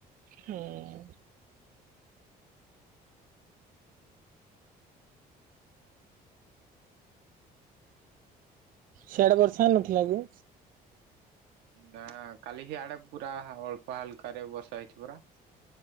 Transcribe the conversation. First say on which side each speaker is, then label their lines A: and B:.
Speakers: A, on the right (about 55°); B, on the right (about 90°).
A: ହୁଁ ସିଆଡେ ବର୍ଷା ହେଇନଥିଲା କି।
B: ନା କାଲିିକି ଆଡେ ପୁରା ଅଳ୍ପ ହାଲକାରେ ବର୍ଷା ହେଇଛି ପୁରା।